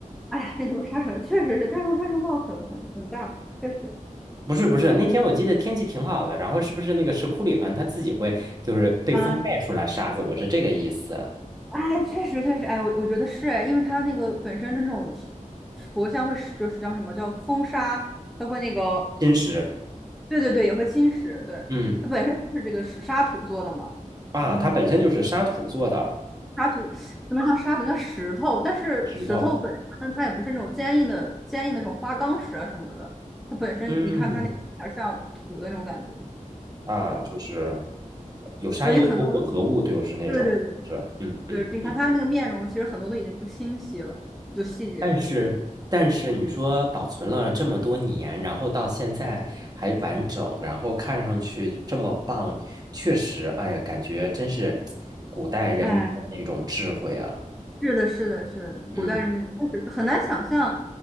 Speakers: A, in the centre; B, on the right.
A: 哎呀那头沙尘确实是大陆沙尘暴很很很大，确实
B: 不是不是，
A: 对，
B: 那天我记得天气挺好的，然后是不是那个石窟里边它自己会就是被风带出来沙子？
A: 嗯，
B: 我是这个意思。
A: 哎，确实确实，哎，我我觉得是哎，因为它那个本身就那种佛像会是就是叫什么叫风沙，它会那个，
B: 金石，
A: 对对对，也会侵蚀，对，
B: 嗯
A: 它本身就是这个石沙土做的嘛，
B: 啊，
A: 嗯，
B: 它本身就是沙土做的
A: 沙土不能叫沙土，叫石头，但是石头本身它也不是那种坚硬的坚硬的那种花岗石啊什么的，
B: 石头，
A: 它本身你看它那有点像土的那种感觉，
B: 嗯啊，
A: 对，
B: 就是有沙有土混合物，
A: 所以很多。
B: 就是那种是，
A: 对对对
B: 嗯嗯嗯。
A: 就是你看他那个面容，其实很多都已经不清晰了，就细节就已经，
B: 但是，但是你说保存了这么多年，
A: 嗯，
B: 然后到现在还完整，然后看上去这么棒，确实，哎呀，感觉真是古代人民的那种智慧啊。
A: 哎，是的，是的，是的，
B: 嗯，
A: 古代人们确实很难想象，